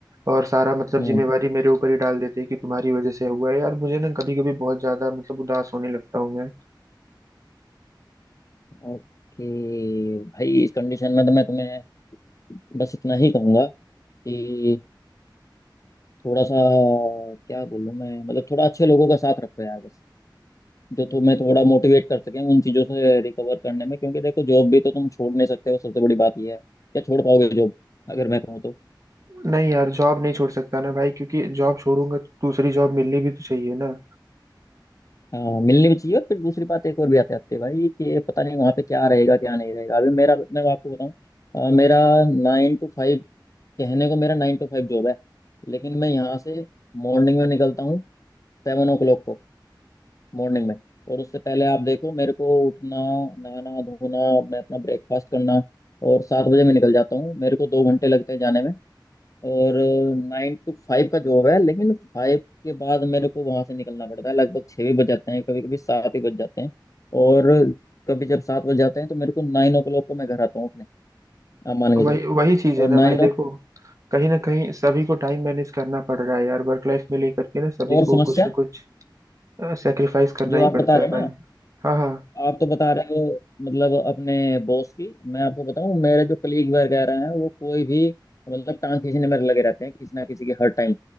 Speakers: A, on the right; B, on the left.
A: और सारा मतलब
B: हम्म
A: जिम्मेवारी मेरे ऊपर ही डाल देते हैं कि तुम्हारी वजह से हुआ है यार मुझे ना कभी कभी बहुत ज्यादा मतलब उदास होने लगता हूँ मैं
B: ओके भाई इस कंडीशन में तो मैं तुम्हें बस इतना ही कहूंगा कि थोड़ा सा क्या बोलूं मैं मतलब थोड़ा अच्छे लोगों का साथ रखो यार बस जो तुम्हें थोड़ा मोटिवेट कर सकें उन चीजों से रिकवर करने में क्योंकि देखो जॉब भी तो तुम छोड़ नहीं सकते हो सबसे बड़ी बात ये है क्या छोड़ पाओगे जॉब अगर मैं कहूँ तो
A: नहीं यार जॉब नहीं छोड़ सकता ना भाई क्योंकि जॉब छोड़ूंगा तो दूसरी जॉब मिलनी भी तो चाहिए ना
B: हाँ, मिलनी भी चाहिए और फिर दूसरी बात एक और भी आते आते भाई कि पता नहीं वहाँ पे क्या रहेगा क्या नहीं रहेगा अभी मेरा मैं आपको बताऊँ अ, मेरा नाइन टू फाइव कहने को मेरा नाइन टू फाइव जॉब है लेकिन मैं यहाँ से मॉर्निंग में निकलता हूँ सेवन ओ क्लॉक को मॉर्निंग में और उससे पहले आप देखो मेरे को उठना नहाना धोना मैं अपना ब्रेकफास्ट करना और सात बजे मैं निकल जाता हूँ मेरे को दो घंटे लगते हैं जाने में और नाइन टू फाइव का जॉब है लेकिन फाइव के बाद मेरे को वहां से निकलना पड़ता है लगभग छः भी बज जाते हैं कभी कभी सात ही बज जाते हैं और कभी जब सात बज जाते हैं तो मेरे को नाइन ओ क्लॉक को मैं घर आता हूँ अपने आप मान
A: तो
B: के
A: वही
B: चलो
A: वही चीज है
B: और
A: ना
B: नाइन
A: भाई देखो
B: ओ
A: कहीं ना कहीं सभी को टाइम मैनेज करना पड़ रहा है यार वर्क लाइफ में लेकर के ना सभी
B: और
A: को
B: समस्या
A: कुछ ना कुछ सेक्रीफाइस करना
B: जो
A: ही
B: आप
A: पड़ता
B: बता रहे
A: है
B: हैं
A: भाई
B: ना
A: हाँ हाँ
B: आप तो बता रहे हो मतलब अपने बॉस की मैं आपको बताऊं मेरे जो कलीग वगैरह हैं वो कोई भी मतलब टांग खींचने में लगे रहते हैं किसी ना किसी के हर टाइम